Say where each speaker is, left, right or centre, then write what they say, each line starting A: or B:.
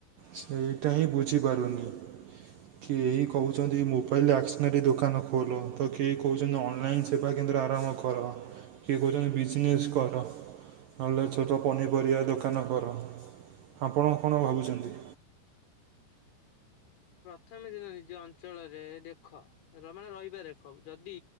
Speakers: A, on the right; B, on the left.
A: ସେଇଟା ହିଁ ବୁଝିପାରୁନି। କେହି କହୁଛନ୍ତି ମୋବାଇଲ ଆସନାରୀ ଦୋକାନ ଖୋଲ ତ କେହି କହୁଛନ୍ତି ଅନଲାଇନ ସେବା କେ ଆରମ୍ଭ କର କିଏ କହୁଛନ୍ତି ବିଜନେସ କର। ନହେଲେ ଛୋଟ ପନିପରିବା ଦୋକାନ କର ଆପଣ କଣ ଭାବୁଛନ୍ତି‌?
B: ପ୍ରଥମେ ଦିନ ନିଜ ଅଞ୍ଚଳରେ ଦେଖ ମାନେ ରହିବା ଦେଖ ଯଦି